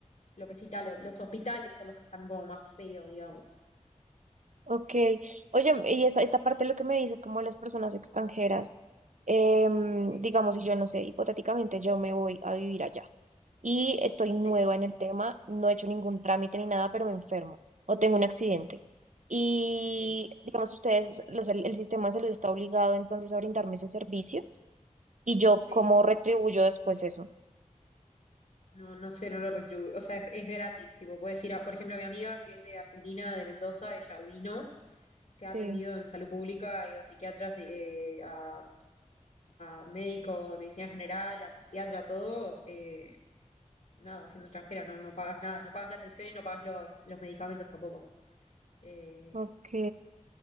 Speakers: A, on the left (about 65°); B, on the right (about 70°).
A: lo que cita, lo- los hospitales son los que están como más feos, digamos.
B: Ok, oye, y esta, esta parte de lo que me dices, como las personas extranjeras, em,
A: Sí,
B: digamos, si yo no sé, hipotéticamente yo me voy a vivir allá. y estoy nueva
A: sí,
B: en el tema, no he hecho ningún trámite ni nada, pero me enfermo o tengo un accidente. Y
A: sí,
B: digamos, ustedes, los- el, el sistema de salud está obligado entonces a brindarme ese servicio y yo
A: sí.
B: cómo retribuyo después eso.
A: No, no sé, no lo retribuyo. O sea, es, es gratis, tipo, puedes ir a, por ejemplo, mi amiga que es de Argentina, de Mendoza, ella vino, se ha
B: Sí,
A: atendido en salud pública, ha ido a psiquiatras, eh, a, a médico de medicina general, a fisiatra, todo, eh, nada, siendo extranjera, no, no pagas nada, no pagas la atención y no pagas los, los medicamentos tampoco. Eh,
B: ok.